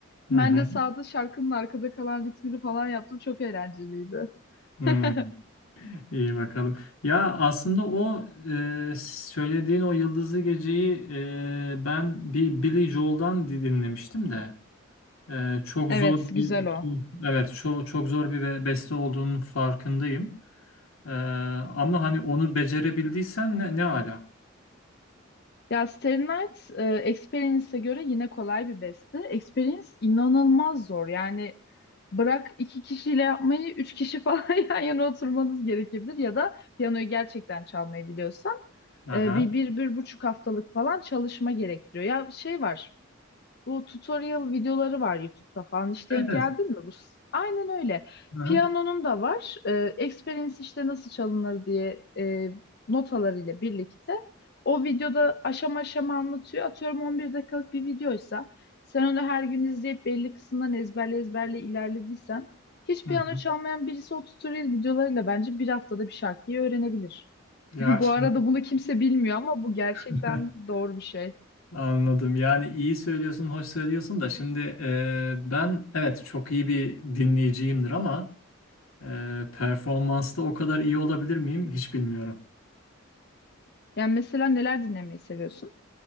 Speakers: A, on the left; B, on the left.
A: Hı
B: Ben
A: hı.
B: de sağda şarkının arkada kalan ritmini falan yaptım. Çok eğlenceliydi.
A: Hmm,
B: <laughs>
A: İyi bakalım. Ya aslında o e, söylediğin o Yıldızlı Gece'yi e, ben bir Billy Joel'dan di- dinlemiştim de e, çok
B: Evet,
A: zor bir
B: güzel o.
A: evet çok çok zor bir be- beste olduğunun farkındayım. Ee, ama hani onu becerebildiysen ne, ne ala.
B: Ya Starry Night e, Experience'e göre yine kolay bir beste. Experience inanılmaz zor. Yani Bırak iki kişiyle yapmayı, üç kişi falan <laughs> yan yana oturmanız gerekebilir ya da piyanoyu gerçekten çalmayı biliyorsan
A: Aha.
B: e, bir, bir, bir buçuk haftalık falan çalışma gerektiriyor. Ya şey var, bu tutorial videoları var YouTube'da falan. Hiç
A: Evet
B: denk
A: evet.
B: geldin mi? Bu s- aynen öyle.
A: Aha.
B: Piyanonun da var. Ee, experience işte nasıl çalınır diye e, notalarıyla birlikte. O videoda aşama aşama anlatıyor. Atıyorum 11 dakikalık bir videoysa sen onu her gün izleyip belli kısımdan ezberle ezberle ilerlediysen hiç
A: Hı
B: piyano
A: hı.
B: çalmayan birisi o tutorial videolarıyla bence bir haftada bir şarkıyı öğrenebilir. <laughs>
A: Ya
B: Bu
A: şimdi
B: arada bunu kimse bilmiyor ama bu gerçekten
A: <laughs>
B: doğru bir şey.
A: anladım. Yani iyi söylüyorsun, hoş söylüyorsun da şimdi e, ben evet çok iyi bir dinleyiciyimdir ama e, performansta o kadar iyi olabilir miyim hiç bilmiyorum.
B: Yani mesela neler dinlemeyi seviyorsun?